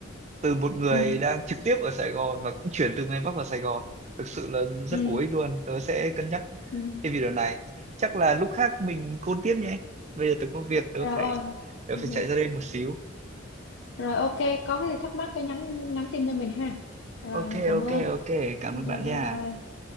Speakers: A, on the right (about 35°); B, on the left (about 70°).
A: từ một người
B: ừ
A: đang trực tiếp ở Sài Gòn và cũng chuyển từ miền Bắc vào Sài Gòn thực sự là rất
B: ừ
A: bổ ích luôn tớ sẽ cân nhắc
B: ừ.
A: cái video này chắc là lúc khác mình côn tiếp nhé bây giờ tớ có việc tớ
B: rồi
A: phải tớ
B: ừ.
A: phải chạy ra đây một xíu
B: rồi ok có cái gì thắc mắc cứ nhắn nhắn tin cho mình ha rồi
A: ok
B: mình cảm
A: ok
B: ơn
A: ok cảm
B: ok
A: ơn bạn
B: bye
A: nha
B: bye